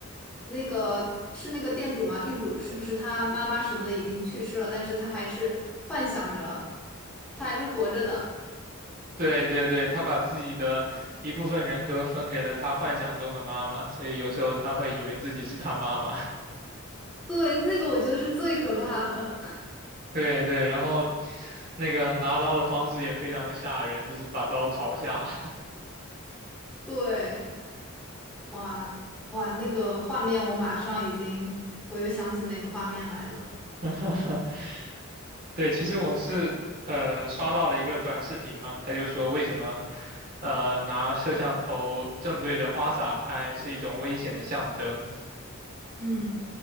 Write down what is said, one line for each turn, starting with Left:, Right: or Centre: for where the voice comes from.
Centre: 那个是那个店主吗？店主是不是他妈妈什么的已经去世了，但是他还是幻想着他还是活着的。
Right: 对对对，他把自己的一部分人格分给了他幻想中的妈妈，所以有时候他会以为自己是他妈妈。
Centre: 对，那个我觉得是最可怕的。
Right: 对对，然后那个拿刀的方式也非常的吓人，就是把刀朝下。
Centre: <laughs> 对。哇哇，那个画面我马上已经，我又想起那个画面来了。
Right: <laughs> 对，其实我是呃刷到了一个短视频嘛，他就说为什么呃拿摄像头正对着花洒拍是一种危险的象征。
Centre: 嗯，